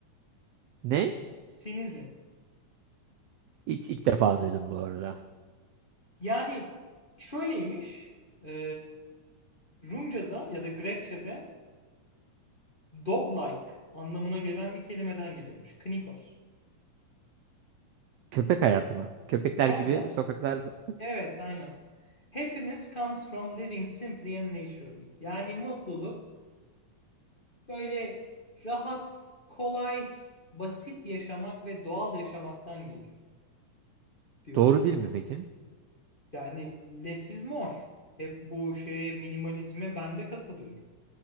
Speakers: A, on the right; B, on the left.
A: Ne?
B: Sinizm.
A: Hiç ilk defa duydum bu arada.
B: Yani şöyleymiş. E, Rumca'da ya da Grekçe'de dog-like anlamına gelen bir kelimeden geliyormuş. Knikos.
A: Köpek hayatı mı? Köpekler
B: Dog-like.
A: gibi sokaklarda.
B: Evet, aynen. Happiness comes from living simply and naturally. Yani mutluluk böyle rahat, kolay, basit yaşamak ve doğal yaşamaktan geliyor diyor.
A: Doğru değil mi peki?
B: Yani less is more. Hep bu şeye minimalizme ben de katılıyorum.